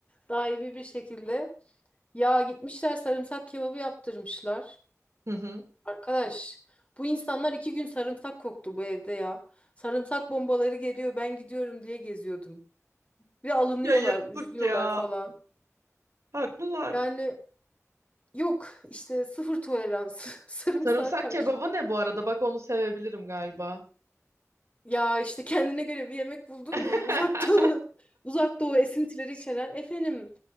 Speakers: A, on the left (about 25°); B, on the right (about 65°).
A: Daimi bir şekilde. Ya gitmişler sarımsak kebabı yaptırmışlar.
B: Hı hı.
A: Arkadaş bu insanlar iki gün sarımsak koktu bu evde ya. Sarımsak bombaları geliyor ben gidiyorum diye geziyordum. Bir alınıyorlar,
B: Ya yazık
A: üzülüyorlar
B: ya.
A: falan.
B: Haklılar.
A: Yani Yok işte sıfır tolerans <laughs> sarımsağa
B: Sarımsak
A: karşı.
B: kebabı ne bu arada? Bak onu sevebilirim galiba.
A: Ya işte kendine göre bir yemek buldun
B: <laughs>
A: mu? Uzak Doğu, <laughs> Uzak Doğu esintileri içeren efendim